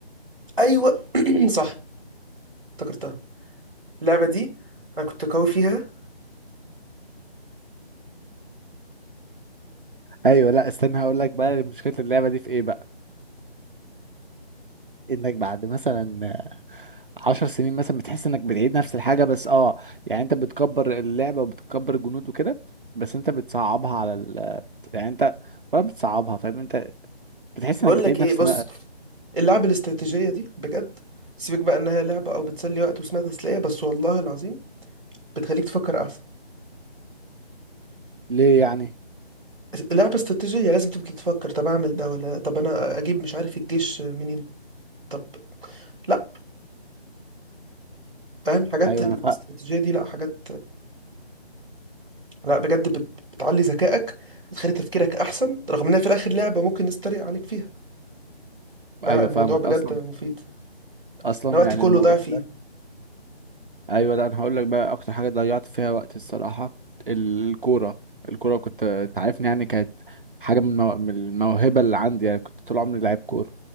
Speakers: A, in the centre; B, on the right (about 55°).
A: ايوه <coughs> <clears throat> صح افتكرتها اللعبة دي أنا كنت قوي فيها
B: ايوه لا استنى هقول لك بقى مشكله اللعبه دي في ايه بقى انك بعد مثلا عشر سنين مثلا بتحس انك بتعيد نفس الحاجة بس اه يعني انت بتكبر اللعبة وبتكبر الجنود وكده بس انت بتصعبها على ال يعني انت ولا بتصعبها فاهم انت بتحس
A: بقول
B: انك بتعيد
A: لك
B: نفس
A: إيه بص اللعبة الاستراتيجية دي بجد سيبك بقى إنها لعبة أو بتسلي وقت واسمها تسلية بس والله العظيم بتخليك تفكر أحسن
B: ليه يعني
A: لعبة استراتيجية لازم تبقى تفكر طب أعمل ده ولا طب أنا أجيب مش عارف الجيش منين طب لأ فاهم حاجات
B: ايوه
A: الاستراتيجية
B: انا فا...
A: دي لأ حاجات لأ بجد بت- بتعلي ذكائك بتخلي تفكيرك أحسن رغم إنها في الآخر لعبة ممكن الناس تتريق عليك فيها فلأ
B: ايوه
A: الموضوع
B: فاهمك
A: بجد
B: اصلا
A: مفيد
B: اصلا
A: أنا وقتي
B: يعني
A: كله
B: الموضوع
A: ضاع فيه
B: ده ايوه لا انا هقول لك بقى اكتر حاجه ضيعت فيها وقت الصراحه الكوره الكوره كنت انت عارفني يعني كانت حاجه من المو... من الموهبه اللي عندي يعني كنت طول عمري لعيب كوره